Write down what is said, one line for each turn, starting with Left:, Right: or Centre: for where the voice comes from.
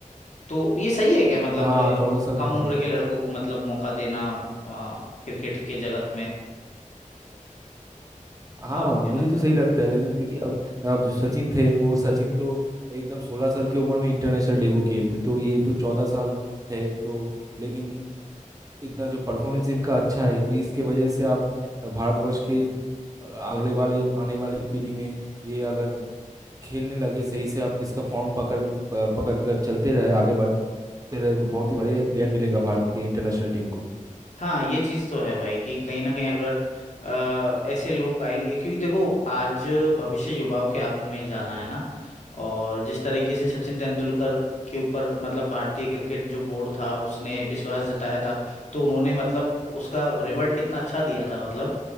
Left: तो ये सही है क्या मतलब
Right: हाँ
Left: अ,
Right: चौदह साल
Left: कम
Right: का होगा
Left: उम्र के लड़कों को मतलब मौका देना अ, क्रिकेट के जगत में
Right: हाँ
Left: आपको क्या
Right: मुझे
Left: लगता
Right: तो सही
Left: है
Right: लगता है लेकिन देखिए अब अब जो सचिन थे वो सचिन तो एकदम सोलह साल की उम्र में इंटरनेशनल डेब्यू किए थे तो ये तो चौदह साल है तो लेकिन इतना जो परफॉर्मेंस इनका अच्छा है इसके वजह से आप भारतवर्ष के अगले वाले आने वाले पीढ़ी में ये अगर खेलने लगे सही से आप इसका फॉर्म पकड़ प- पकड़ कर चलते रहे आगे बढ़ते रहे तो बहुत ही बढ़िया एक प्लेयर मिलेगा भारत के इंटरनेशनल टीम को
Left: हाँ ये चीज तो है भाई कि कहीं ना कहीं अगर अ, ऐसे लोग आएंगे क्योंकि देखो आज भविष्य युवाओं के हाथों में ही जाना है ना और जिस तरीके से सचिन तेंदुलकर के ऊपर मतलब भारतीय क्रिकेट जो बोर्ड था उसने विश्वास जताया था तो उन्होंने मतलब उसका रिवर्ट कितना अच्छा दिया था मतलब